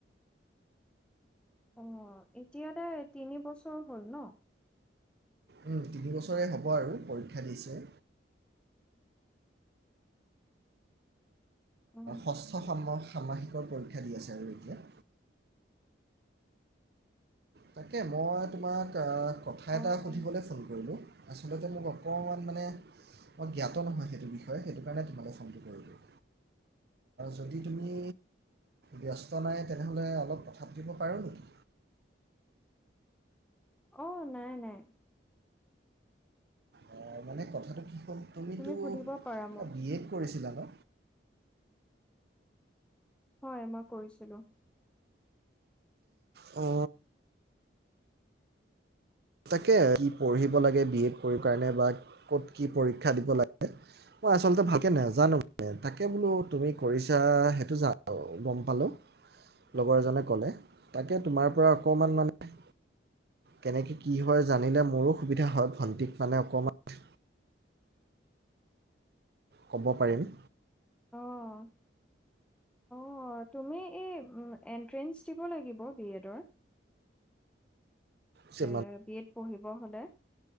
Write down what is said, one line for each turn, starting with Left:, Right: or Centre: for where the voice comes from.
Centre: অ এতিয়া তাই তিনি বছৰ হ'ল ন
Right: উম তিনিবছৰে হ'ব আৰু পৰীক্ষা দিছে
Centre: অ
Right: ষষ্ঠ ষান্মাসিকৰ পৰীক্ষা দি আছে আৰু এতিয়া তাকে মই তোমাক আহ কথা এটা
Centre: অ
Right: সুধিবলৈ
Centre: অ
Right: ফোন কৰিলোঁ আচলতে মোক অকণমান মানে মই জ্ঞাত নহয় সেইটো বিষয়ে সেইটো কাৰণে তোমালে ফোনটো কৰি দিলো যদি তুমি ব্যস্ত নাই তেনেহ'লে অলপ কথা পাতিব পাৰো নেকি
Centre: অ নাই নাই
Right: অ মানে কথাটো কি হ'ল তুমিতো
Centre: তুমি সুধিব পাৰা মোক
Right: বি এড কৰিছিলা ন
Centre: হয় মই কৰিছিলো
Right: অ তাকে কি পঢ়িব লাগে বি এড কৰিবৰ কাৰণে বা ক'ত কি পৰীক্ষা দিব লাগে মই আচলতে ভালকে নাজানো মানে তাকে বোলো তুমি কৰিছা সেইটো জ গম পালো লগৰ এজনে ক'লে তাকে তোমাৰ পৰা অকমান মানে কেনেকে কি হয় জানিলে মোৰো সুবিধা হয় ভন্টিক মানে অকমান ক'ব পাৰিম
Centre: অহ অ তুমি এই এণ্ট্ৰেঞ্চ দিব লাগিব বি এডৰ
Right: যে
Centre: এ বি এড পঢ়িব হলে